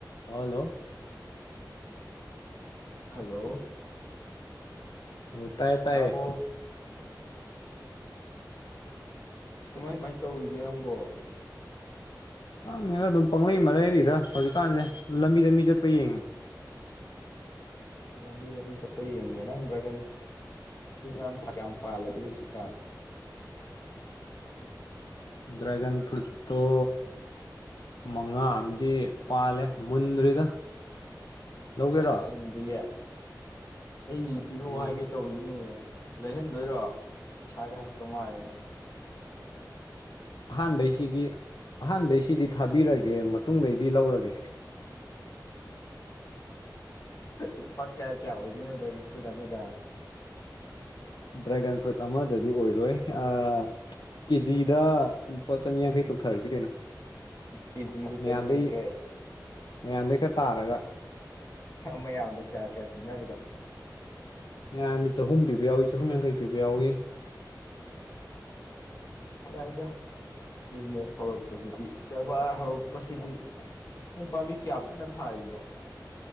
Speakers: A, on the left; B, on the left.
A: Hello.
B: Hello
A: ꯑꯗꯨ ꯇꯥꯏꯌꯦ ꯇꯥꯏꯌꯦ
B: ꯇꯥꯕ꯭ꯔꫭ꯫ ꯏꯁ ꯀꯃꯥꯏ ꯀꯃꯥꯏ ꯇꯧꯔꯤꯒꯦ ꯅꯪꯕꯣ꯫
A: ꯈꯪꯗꯦꯗ ꯑꯗꯨꯝ ꯄꯪꯂꯩ ꯃꯔꯩꯔꯤꯗ ꯍꯧꯖꯤꯛꯀꯥꯟꯁꯦ ꯂꯝꯕꯤꯗ ꯃꯤ ꯆꯠꯄꯥ ꯌꯦꯡꯉꯤ꯫
B: ꯂꯝꯕꯤꯗ ꯃꯤ ꯆꯠꯄꯥ ꯌꯦꯡꯉꯦ ꯅꯪ ꯗ꯭ꯔꯥꯒꯟ ꯐ꯭ꯔꯨ ꯇꯨ ꯀꯌꯥꯝ ꯀꯌꯥꯝ ꯄꯥꯜꯂꯒꯦ ꯍꯧꯖꯤꯛꯀꯥꯟ꯫
A: ꯗ꯭ꯔꯥꯏꯒꯟ ꯐ꯭ꯔꯨꯠꯇꯣ ꯃꯉꯥ ꯑꯃꯗꯤ ꯄꯥꯜꯂꯦ ꯃꯨꯟꯗ꯭ꯔꯤꯗ꯫ ꯂꯧꯒꯦꯔꯣ
B: ꯃꯨꯟꯗꯔꯤꯌꯦ ꯑꯩ ꯄꯤꯔꯛꯑꯣ
A: ꯎꯝ
B: ꯍꯥꯏꯒꯦ ꯇꯧꯔꯤꯅꯤꯅꯦ ꯂꯩꯍꯟꯗꯣꯏꯔꯣ ꯄꯩꯁꯒ ꯍꯥꯏꯔꯛꯇꯧ ꯃꯥꯜꯂꯤ ꯅꯪ꯫
A: ꯑꯍꯥꯟꯕꯩꯁꯤꯒꯤ ꯑꯍꯥꯟꯕꯩꯁꯤꯗꯤ ꯊꯥꯕꯤꯔꯒꯦ ꯃꯇꯨꯡꯗꯩꯗꯤ ꯂꯧꯔꯒꯦ꯫
B: ꯂꯨꯄꯥ ꯀꯌꯥ ꯀꯌꯥ ꯑꯣꯏꯗꯣꯏꯅꯣ ꯗ꯭ꯔꯥꯏꯒꯟ ꯐ꯭ꯔꯨꯏꯠ ꯑꯃꯗ꯫
A: ꯗ꯭ꯔꯥꯏꯒꯟ ꯐ꯭ꯔꯨꯠ ꯑꯃꯗꯗꯤ ꯑꯣꯏꯔꯣꯏ ꯑꯥ ꯀꯦꯖꯤꯗ ꯂꯨꯄꯥ ꯆꯅꯤꯌꯥꯡꯈꯩ ꯇꯧꯊꯔꯁꯤ ꯀꯩꯅꯣ꯫
B: ꯀꯦꯖꯤꯗ
A: ꯃꯌꯥꯝꯗꯩ
B: ꯆꯅꯤꯌꯥꯡꯈꯩ
A: ꯃꯌꯥꯝꯗꯩ ꯈꯔ ꯇꯥꯔꯒ꯫
B: ꯃꯌꯥꯝꯅ ꯀꯌꯥ ꯀꯌꯥ ꯄꯤꯅꯕꯗꯣ꯫
A: ꯃꯌꯥꯝꯒꯤ ꯆꯍꯨꯝ ꯄꯤꯕ ꯌꯥꯎꯏ ꯆꯍꯨꯝ ꯌꯥꯡꯈꯩ ꯄꯤꯕ ꯌꯥꯎꯏ꯫
B: ꯌꯥꯗꯥꯏꯗ ꯕꯤꯖꯤꯅꯦꯁ ꯍꯧꯔꯛꯄꯁꯤꯗꯤ ꯀꯔꯕꯥꯔ ꯍꯧꯔꯛꯄꯁꯤꯗꯤ ꯅꯪ ꯄꯥꯝꯕꯤ ꯀꯌꯥ ꯄꯨꯟꯅ ꯊꯥꯔꯤꯅꯣ꯫